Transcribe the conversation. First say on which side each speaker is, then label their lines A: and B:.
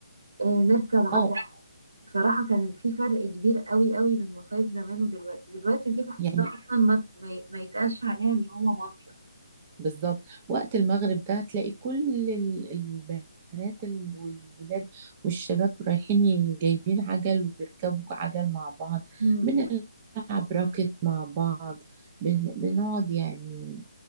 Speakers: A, on the right; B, on the right.
A: آه، نركب عجل
B: اه
A: بصراحة كان في فرق كبير قوي قوي من مصايف زمان ودلوقتي دلوقتي دي بحسها
B: يعني
A: أصلا ما, ما ما يتقالش عليها إن هو مصيف
B: بالظبط وقت المغرب ده تلاقي كل ال- البنات ال- والولاد والشباب رايحين ي- جايبين عجل وبيركبوا عجل مع بعض
A: أمم،
B: بنلعب راكت مع بعض بن- بنقعد يعني